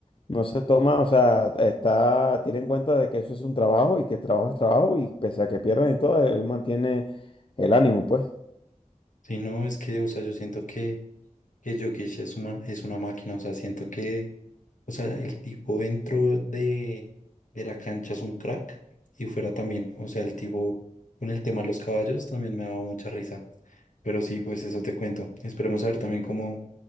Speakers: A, on the left (about 40°); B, on the left (about 75°).
A: No se toma, o sea, está, tiene en cuenta de que eso es un trabajo y que el trabajo es trabajo y pese a que pierdan y todo, él mantiene el ánimo, pues.
B: Sí, no, es que, o sea, yo siento que, que Jokic es una, es una máquina, o sea, siento que, o sea, el tipo dentro de, de la cancha es un crack y fuera también, o sea, el tipo con el tema de los caballos también me ha dado mucha risa, pero sí, pues eso te cuento. Esperemos a ver también cómo,